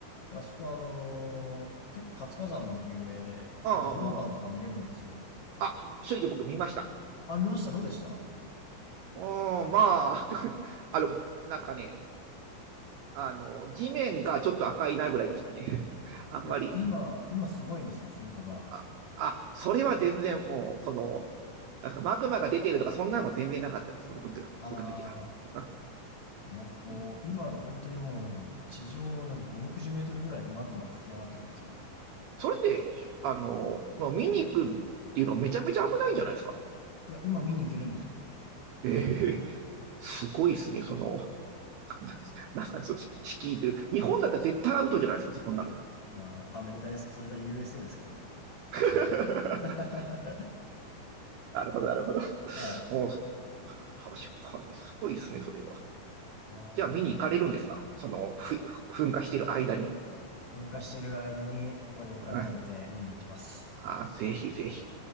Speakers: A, on the left; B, on the right.
A: で、あそこはあのー結構活火山で有名で、
B: ああ、
A: あの、溶岩とか見れるんですよ。
B: ああ。あ、正直僕見ました。
A: あ、見ましたどうでした
B: うん、まあ、<laughs> てかあの、なんですかね。あの、地面がちょっと赤いなぐらいでしたね。<laughs> あんまり。
A: いや、今、今すごいんですよ、噴火が。
B: あ、あ、それは全然もう、その、なんですか、マグマが出てるとか、そんなのは全然なかったです。僕の時は、
A: あ
B: 僕の時は。あ
A: で、なんかこう、
B: うん、
A: 今が本当にもうなんかもう地上なんか5、60メートルぐらいマグマが吹き上がってるんですよ。
B: それって、しあの、まあ見に行くっていうのめちゃめちゃ危ないんじゃないですか。
A: いや、今見に行けるんですよ。
B: ええすごいですね、その、<laughs> なんかそっち、敷居っ日本だったら絶対アウトじゃないですか、そんなの。
A: まあ、アメリカですか、それが USA ですからね。
B: <laughs>
A: <laughs>
B: なるほど、なるほど。
A: はい。
B: もう、確かに、すごいですね、それは。
A: あー
B: じゃあ、見に行かれるんですかその、ふ噴火してる間に。
A: 噴火してる間にここでお金貯めて見に行きます。
B: うんあぜひぜひ。